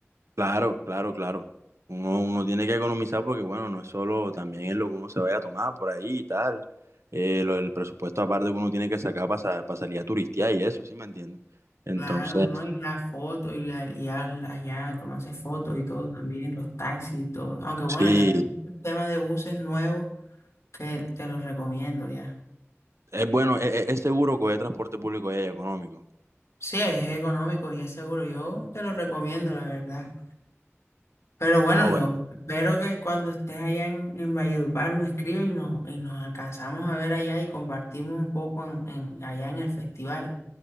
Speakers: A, on the right; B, on the left.
A: Claro, claro, claro. Uno, uno tiene que economizar porque, bueno, no es solo también es lo que uno se vaya a tomar por ahí y tal. Eh, lo del presupuesto aparte que uno tiene que sacar para, salir a turistear y eso, ¿sí me entiendes? Entonces,
B: Claro, ¿no? Y las fotos y, la- y al- allá tomarse fotos y todo también, los taxis y todo. Aunque bueno,
A: sí,
B: ya tengo un tema de buses nuevos que te los recomiendo ya.
A: es bueno, es, es- es seguro que el transporte público y económico.
B: Sí, es económico y es seguro. Yo te lo recomiendo, la verdad. Pero bueno,
A: Ah,
B: yo
A: bueno.
B: espero que cuando estés allá en, en Valledupar me escribas y nos, y nos alcanzamos a ver allá y compartimos un poco en, en- allá en el festival.